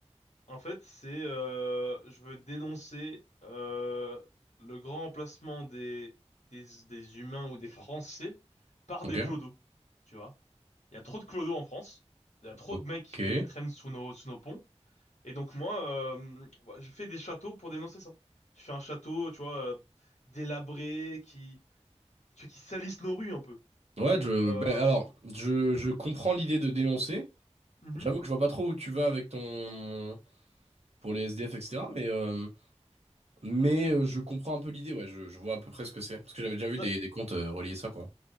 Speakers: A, on the left (about 80°); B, on the right (about 65°).
A: en fait, c'est euh, je veux dénoncer euh, le grand emplacement des, des des humains ou des Français par des
B: Ok.
A: clodos. Tu vois? Il y a trop de clodos en France. Il y a trop
B: Ok.
A: de mecs qui traînent sous nos sous nos ponts. Et donc moi, euh, bah, je fais des châteaux pour dénoncer ça. Je fais un château, tu vois, euh, délabré, qui, tu vois, qui salisse nos rues un peu.
B: Ouais, je,
A: Euh,
B: ben, alors, je, je comprends l'idée de dénoncer.
A: mhm.
B: J'avoue que je vois pas trop où tu vas avec ton... pour les SDF, etc. Mais, euh, mais euh, je comprends un peu l'idée, ouais. Je, je vois à peu près ce que c'est. Parce que j'avais déjà vu
A: Da-
B: des, des comptes euh, relier ça, quoi.